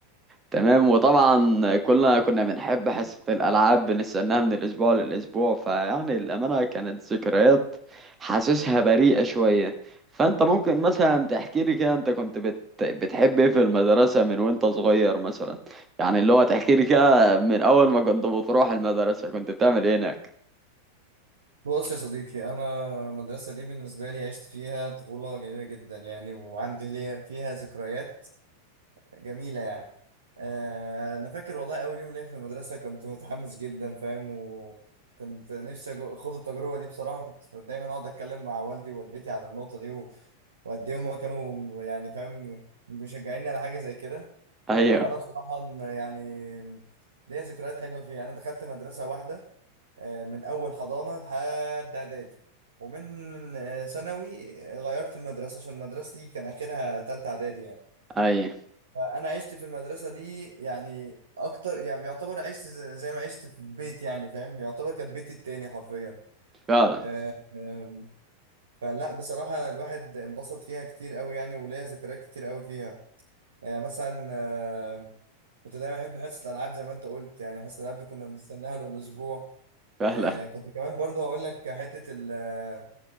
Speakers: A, on the right (about 20°); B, on the right (about 70°).
A: تمام وطبعا كلنا كنا بنحب حصة الألعاب بنستناها من الأسبوع للأسبوع فيعني الأمانة كانت ذكريات حاسسها بريئة شوية فأنت ممكن مثلا تحكي لي كده أنت كنت بت... بتحب إيه في المدرسة من وأنت صغير مثلا يعني اللي هو تحكي لي كده من أول ما كنت بتروح المدرسة كنت بتعمل إيه هناك
B: بص يا صديقي أنا المدرسة دي بالنسبة لي عشت فيها طفولة جميلة جدا يعني وعندي ليا فيها ذكريات جميلة يعني آه، أنا فاكر والله أول يوم ليا في المدرسة كنت متحمس جدا فاهم وكنت نفسي أجو- أخوض التجربة دي بصراحة كنت دايما أقعد أتكلم مع والدي ووالدتي على النقطة دي و- وقد إيه هما كانوا يعني فاهم مشجعيني على حاجة زي كده
A: أيوه
B: آه، أنا بصراحة يعني ليا ذكريات حلوة فيها أنا دخلت مدرسة واحدة آه، من أول حضانة لحد إعدادي ومن آه، ثانوي آه، غيرت المدرسة عشان مدرستي كان آخرها تالتة إعدادي يعني
A: أيوه
B: فأنا عشت في المدرسة دي يعني أكتر يعني يعتبر عشت ز- زي ما عشت في البيت يعني فاهم يعتبر كانت بيتي التاني حرفيا
A: فعلا
B: آه، آم، فلا بصراحة الواحد انبسط فيها كتير أوي يعني وليا ذكريات كتير أوي فيها يعني مثلا آه، كنت دايما احب حصه الالعاب زي ما انت قلت يعني حصه الالعاب دي كنا بنستناها له الاسبوع
A: فعلا
B: آه، كنت كمان برضه هقول لك حته ال آه،